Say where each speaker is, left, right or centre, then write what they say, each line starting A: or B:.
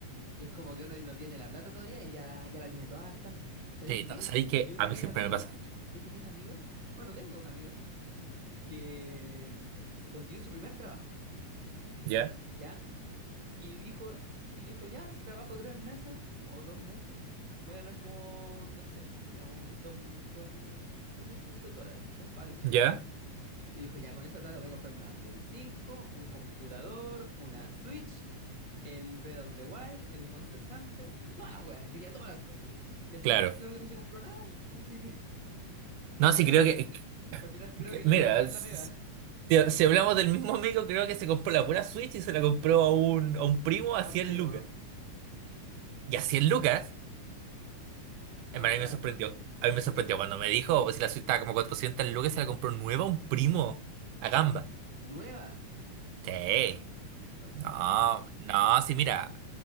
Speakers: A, on the right; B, on the right.
A: y es como que uno no tiene la plata todavía y ya, ya la tiene toda gastada. ¿Sabéis
B: Sí,
A: qué?
B: no, sabéis
A: Yo
B: que a
A: tenía
B: mí siempre
A: un amigo,
B: me pasa.
A: yo tenía un amigo, bueno, tengo un amigo. que mm, consiguió su primer trabajo,
B: ¿Ya?
A: ¿ya? Y dijo, y dijo, ya, si trabajo tres meses o dos meses, voy a ganar como, no sé, pues, digamos, dos, dos, 2.500 dólares, dos palos y medio.
B: ¿Ya?
A: Y dijo, ya, con esa plata voy a comprarme una Play cinco un computador, una Switch, el Breath of the Wild, el Monster Hunter y todas las weas, quería todas las cosas. Y al final
B: Claro.
A: creo que no se compró nada, así que <laughs>
B: No,
A: al
B: sí,
A: final,
B: creo que,
A: al, al final creo
B: que-
A: que no
B: mira,
A: duró nada
B: s-
A: en la pega.
B: si, si hablamos del mismo amigo, creo que se compró la pura Switch y se la compró a un, a un primo a
A: <laughs>
B: 100
A: A primo.
B: lucas. ¿Y a 100 lucas?
A: No,
B: En verdad,
A: igual.
B: a mí me sorprendió. A mí me sorprendió cuando me dijo, pues si la suite estaba como cuatrocientas, lucas, se la compró nueva a un primo. A gamba.
A: ¿Nueva?
B: Sí.
A: Nah, loquísimo.
B: No, no, sí, mira.